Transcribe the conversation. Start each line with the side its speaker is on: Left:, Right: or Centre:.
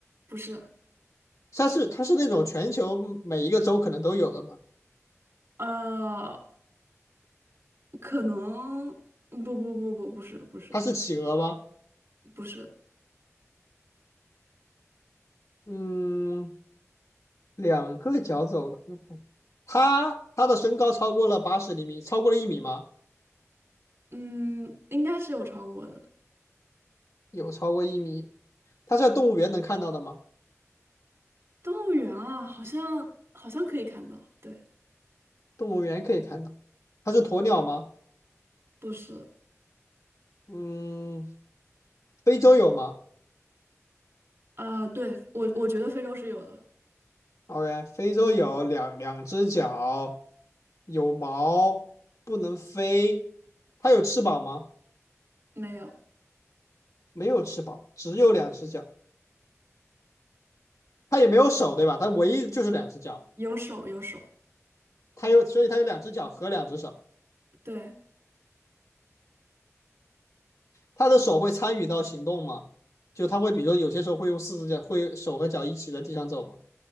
Right: 不是，
Left: 它是它是那种全球每一个州可能都有的吗？
Right: 呃，可能不不不不不是不是
Left: 它是企鹅吗？
Right: 不是，
Left: 嗯，两个脚走的，又不，他他的身高超过了八十厘米，超过了一米吗？
Right: 嗯，应该是有超过的。
Left: 有超过一米。他是在动物园能看到的吗？
Right: 动物园啊，好像好像可以看到，对，
Left: 动物园可以看到。他是鸵鸟吗？
Right: 不是，
Left: 嗯，非洲有吗
Right: 啊、对，我我觉得非洲是有的，
Left: ？OK，非洲有两两只脚，有毛，不能飞。它有翅膀吗？
Right: 没有，
Left: 没有翅膀，只有两只脚。它也没有手，对吧？它唯一就是两只脚。
Right: 有手有手，
Left: 它有，所以它有两只脚和两只手。
Right: 对，
Left: 他的手会参与到行动吗？就他会，比如说有些时候会用四只脚，会手和脚一起在地上走吗？